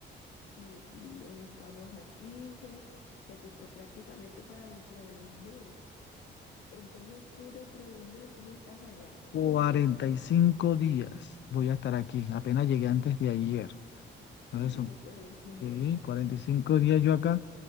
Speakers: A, on the left; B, on the left.
A: si hoy estamos a 15 se compró prácticamente para dentro de un mes. Entonces tú dentro de un mes no estás allá, tú
B: Cuarenta
A: todavía estás aquí.
B: y cinco días voy a estar aquí. Apenas llegué antes de ayer.
A: <laughs>
B: Entonces
A: Ay,
B: son
A: no puede ser.
B: sí, 45 días yo acá.